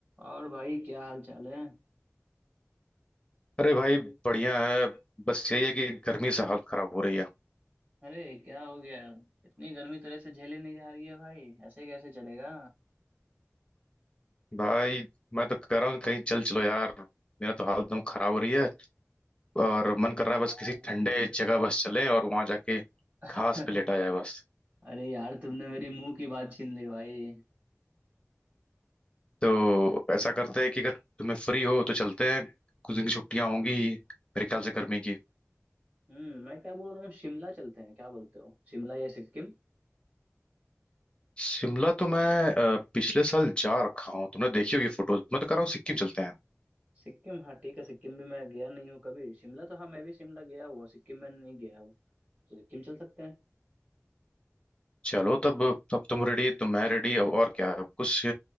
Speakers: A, on the right (about 35°); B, on the left (about 20°).
A: और भाई क्या हाल चाल है
B: अरे भाई बढ़िया है बस यही है कि गर्मी से हालत खराब हो रही है
A: अरे क्या हो गया इतनी गर्मी तरह से झेले नहीं जा रही है भाई ऐसे कैसे चलेगा
B: भाई मैं तो कह रहा हूँ कहीं चल चलो यार मेरा तो हालत एकदम खराब हो रही है और
A: अरे
B: मन कर रहा
A: यार
B: है बस किसी ठंडे जगह बस चले और वहां जाके
A: <laughs>
B: घास पे लेटा जाए बस
A: अरे यार तुमने मेरी मुंह की बात छीन ली भाई
B: तो ऐसा करते हैं कि अगर तुम्हें फ्री हो तो चलते हैं कुछ दिन की छुट्टियां होंगी ही, मेरे ख्याल से गर्मी की
A: हम्म मैं क्या बोल रहा हूँ शिमला चलते हैं क्या बोलते हो शिमला या सिक्किम
B: शिमला तो मैं अ, पिछले साल जा रखा हूँ तुमने देखी होगी फोटोज मैं तो कह रहा हूँ सिक्किम चलते हैं
A: सिक्किम हाँ ठीक है सिक्किम भी मैं गया नहीं हूँ कभी शिमला तो हाँ मैं भी शिमला गया हुआ सिक्किम में नहीं गया हूँ तो सिक्किम चल सकते हैं
B: चलो तब तब तुम रेडी तो मैं रेडी अब और क्या अब कुछ